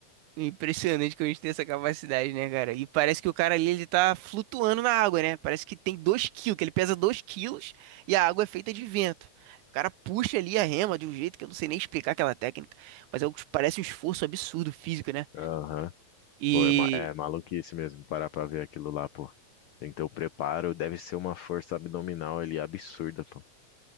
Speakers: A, on the right (about 85°); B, on the left (about 75°).
A: Impressionante que a gente tem essa capacidade, né, cara? E parece que o cara ali, ele tá flutuando na água, né? Parece que tem 2 quilos, que ele pesa 2 quilos e a água é feita de vento. O cara puxa ali a rema de um jeito que eu não sei nem explicar aquela técnica, mas é, o que parece um esforço absurdo físico, né?
B: Aham.
A: E,
B: Pô, é, ma- é maluquice mesmo parar pra ver aquilo lá, pô. Tem que ter o preparo, deve ser uma força abdominal ali absurda, pô.